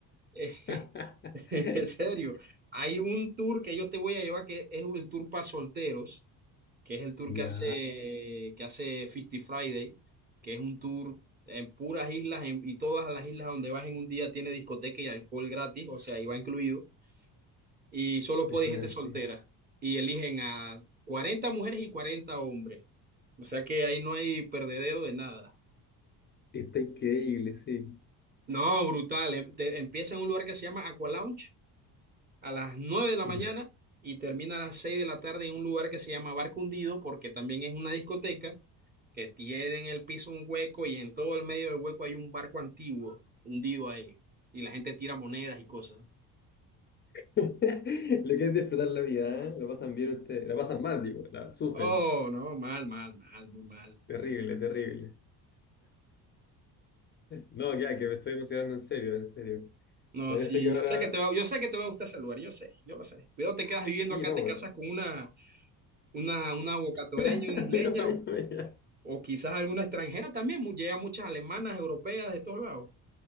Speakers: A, on the right; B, on the left.
A: <laughs>
B: <laughs>
A: En serio, hay un tour que yo te voy a llevar que es el tour para solteros, que es el tour
B: Ya,
A: que hace, que hace Fisty Friday, que es un tour en puras islas en- y todas las islas donde vas en un día tiene discoteca y alcohol gratis, o sea, ahí va incluido y solo
B: impresionante.
A: puede ir gente soltera. Y eligen a 40 mujeres y 40 hombres. O sea que ahí no hay perdedero de nada.
B: Está increíble, sí.
A: No, brutal. Em- te- Empieza en un lugar que se llama Aqua Lounge a las 9 de la
B: Yo-
A: mañana y termina a las 6 de la tarde en un lugar que se llama Barco Hundido porque también es una discoteca que tiene en el piso un hueco y en todo el medio del hueco hay un barco antiguo hundido ahí. Y la gente tira monedas y cosas.
B: <laughs> Lo que es disfrutar la vida, ¿eh? Lo pasan bien ustedes, la pasan mal, digo, la sufren.
A: Oh, no, mal, mal, mal, muy mal.
B: Terrible, terrible. No, ya, que me estoy emocionando en serio, en serio.
A: No,
B: Parece
A: sí,
B: que ahora...
A: yo sé que te va, yo sé que te va a gustar ese lugar, yo sé, yo lo sé. Pero te quedas viviendo
B: Sí,
A: acá,
B: no,
A: te
B: güey.
A: casas con una, una, una bocatoreña,
B: <laughs>
A: una isleña
B: Una falla
A: o,
B: mía.
A: o quizás alguna extranjera también. mu- Llegan muchas alemanas, europeas, de todos lados.